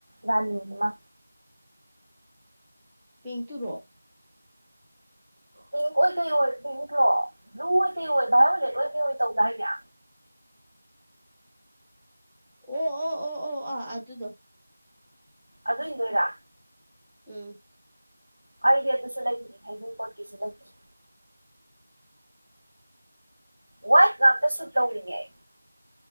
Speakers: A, on the right; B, in the centre.
A: ꯔꯥꯅꯤ ꯑꯃ
B: ꯄꯤꯟꯛ ꯇꯨꯔꯣ
A: ꯄꯤꯡꯛ ꯑꯣꯏ ꯀꯩ ꯑꯣꯏ ꯄꯤꯟꯛꯂꯣ ꯕ꯭ꯂꯨ ꯑꯣꯏ ꯀꯩ ꯑꯣꯏ ꯚꯥꯏꯌꯣꯂꯦꯠ ꯑꯣꯏ ꯀꯩ ꯑꯣꯏ ꯇꯧꯗꯥꯏꯅꯦ
B: ꯑꯣ ꯑꯣ ꯑꯣ ꯑꯣ ꯑ ꯑꯗꯨꯗꯣ
A: ꯑꯗꯨ ꯏꯟꯗꯣꯏꯔꯥ
B: ꯎꯝ
A: ꯑꯩꯗꯤ ꯑꯗꯨꯁꯨ ꯂꯩꯇ꯭ꯔꯤ ꯍꯩꯖꯤꯡꯄꯣꯠꯀꯤꯁꯨ ꯂꯩꯇ꯭ꯔꯤ ꯋꯥꯏ꯭ꯠ ꯉꯥꯛꯇ ꯁꯨꯠ ꯇꯧꯔꯤꯅꯦ ꯑꯩ